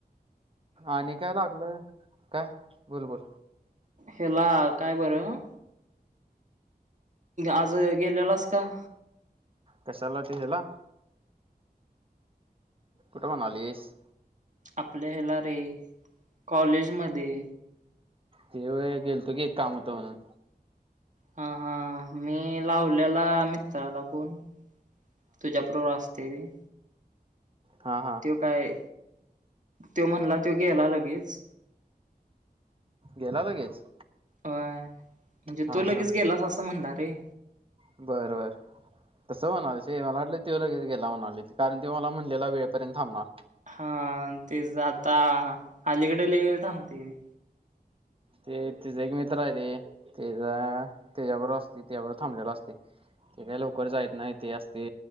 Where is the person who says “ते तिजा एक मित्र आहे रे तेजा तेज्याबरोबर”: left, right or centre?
Right